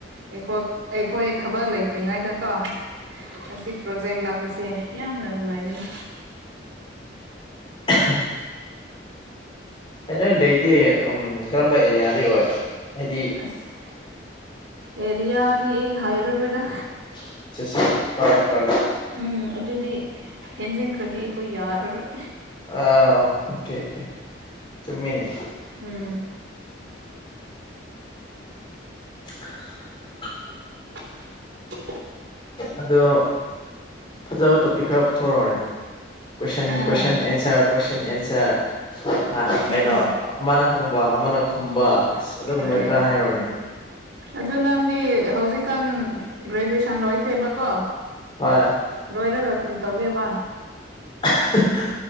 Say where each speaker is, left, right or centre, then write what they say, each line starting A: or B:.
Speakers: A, on the right (about 80°); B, on the left (about 25°).
A: ꯑꯩꯈ‌ꯣ ꯑꯩꯈꯣꯏ ꯊꯕꯛ ꯂꯩꯇ꯭ꯔꯤꯉꯩꯗꯀꯣ ꯑꯁꯤ ꯄ꯭ꯔꯣꯖꯦꯛ ꯂꯥꯛꯄꯁꯦ ꯌꯥꯝꯅ ꯅꯨꯡꯉꯥꯏꯕꯅꯤ
B: <inaudible> ꯑꯥ ꯅꯣꯏ ꯂꯩꯗꯤ ꯀꯔꯝꯕ ꯑꯦꯔꯤꯌꯥ ꯗꯩ ꯑꯣꯏ ꯍꯥꯏꯗꯤ
A: ꯑꯁ ꯑꯦꯔꯤꯌꯥꯗꯤ ꯑꯩ ꯍꯥꯏꯔꯔ‌ꯣꯏꯗ
B: <unintelligible> ꯐꯔꯦ ꯐꯔꯦ
A: ꯎꯝ ꯑꯗꯨꯗꯤ ꯍꯦꯟꯖꯤꯟꯈ꯭ꯔꯗꯤ ꯑꯩꯈꯣꯏ ꯌꯥꯔꯔꯣꯏ
B: ꯑꯥ ꯑꯣꯀꯦ ꯑꯣꯀ‌ꯦ ꯆꯨꯝꯃꯤꯅꯦ
A: ꯎꯝ
B: <inaudible>
A: <inaudible>
B: ꯑꯗꯣ ꯐꯖꯕ ꯇꯣꯄꯤꯛ ꯈꯔ ꯄꯨꯊꯣꯔꯛ ꯑꯣꯅꯦ ꯀ‌ꯣꯏꯁꯟ
A: ꯑꯥ
B: ꯀ‌ꯣꯏꯁꯟ ꯑꯦꯟꯁꯔ ꯀ‌ꯣꯏꯁꯟ ꯑꯦꯟꯁꯔ ꯑꯥ ꯀꯩꯅꯣ
A: ꯎꯝ
B: ꯑꯃꯅ ꯍꯪꯕ ꯑꯃꯅ ꯈꯨꯝꯕ ꯑꯗꯨꯒꯨꯝꯕ
A: ꯍꯣꯏ
B: ꯈꯔ ꯍꯥꯏꯔꯣꯅꯦ
A: ꯑꯗꯨ ꯅꯪꯗꯤ ꯍꯧꯖꯤꯛꯀꯥꯟ ꯒ꯭ꯔꯦꯖꯨꯑꯦꯁꯟ ꯂꯣꯏꯈ꯭ꯔꯦꯕꯀꯣ
B: ꯍ‌ꯣꯏ
A: ꯂꯣꯏꯔꯒ ꯀ꯭ꯔꯤ ꯇꯧꯒꯦꯕ
B: ꯑꯍꯥ ꯍꯥ